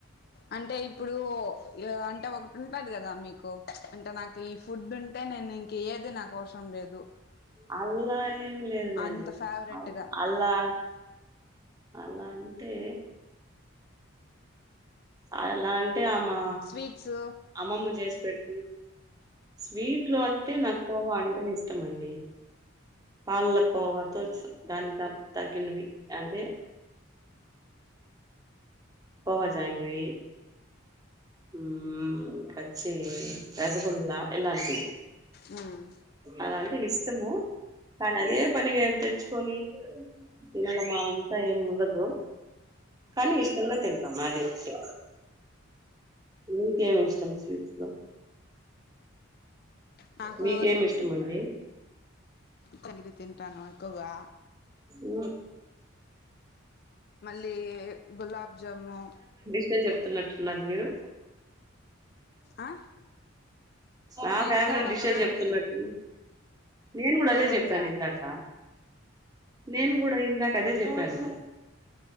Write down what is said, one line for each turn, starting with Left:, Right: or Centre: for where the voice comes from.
Left: అంటే ఇప్పుడు ఇగ అంటే ఒకటి ఉంటాది కదా. అంటే నాకు ఈ ఫుడ్ ఉంటే నేను ఇంక ఏది నాకు అవసరం లేదు.
Right: అల్లా నే ఏం లేదులేండి.
Left: అంత ఫేవరెట్ గా
Right: అల్లా అలా అంటే, అలా అంటే మా
Left: స్వీట్స్
Right: అమ్మమ్మ చేసి పెట్ స్వీట్లో అంటే నాకు కోవా అంటే ఇష్టమండి. పళ్ళకోవాతో దాని తగ తగ్గినవి అంటే, కోవ, జాంగ్రి. మ్మ్ కచ్చే రసగుల్లా ఇలాంటివి.
Left: మ్మ్
Right: అలాంటి ఇష్టము కానీ అదే పనిగా ఏమి తెచ్చుకొని. <unintelligible> కానీ ఇష్టంగా తింటాం మాది వత్తే ఇంక ఏమి ఇష్టం స్వీట్స్ లో
Left: నాకు
Right: మీకేమీ ఇష్టమండి.
Left: కోనివి తింటాను ఎక్కువగా
Right: ఊ
Left: మళ్లీ గులాబ్ జాము
Right: నిజం చెప్తున్నట్టున్నారు మీరు
Left: ఆ
Right: నా
Left: నేను
Right: ఫేవరెట్
Left: కోవా
Right: డిశే
Left: జాంగిరి
Right: చెప్తున్నట్. నేను కూడా
Left: కోవా
Right: అదే చెప్పాను
Left: జాంగిరి
Right: ఇందాక. నేను కూడా ఇందాక అదే చెప్పాను